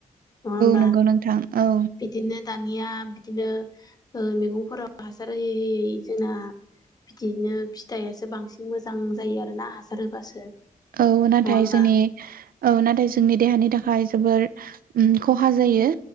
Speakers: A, on the left; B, on the right.
A: नङा होमबा
B: नंगौ नोंथां औ
A: बिदिनो दानिया बिदिनो मैगंफोराव हासार होयै होयै जोंना बिदिनो फिथाइासो बांसिन मोजां जायो आरो ना हासार होबासो।
B: औ नाथाय
A: होमबा
B: जोंनि औ नाथाय जोंनि देहानि था खाय जोबोर उम खहा जायो।